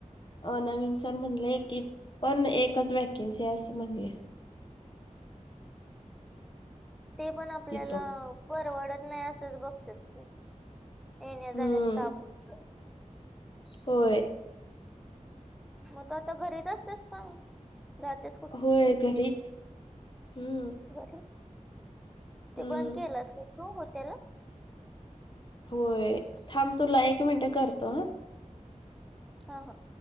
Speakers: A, on the left; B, in the centre.
A: अ नवीन सर म्हणले की पण एकच वॅकेन्सी आहे असं म्हणली
B: ते पण आपल्याला
A: तिथं.
B: परवडत नाही असंच बघतात येण्या
A: हम्म
B: जाण्यास ताप होतोय
A: होय
B: मग त आता घरीच असतेस का जातस
A: होय घरीच हम्म
B: घर ते
A: हम्म.
B: बंद केलंस का तू हो त्याला
A: होय थांब तुला एक मिनिटं करतो हा
B: ह हा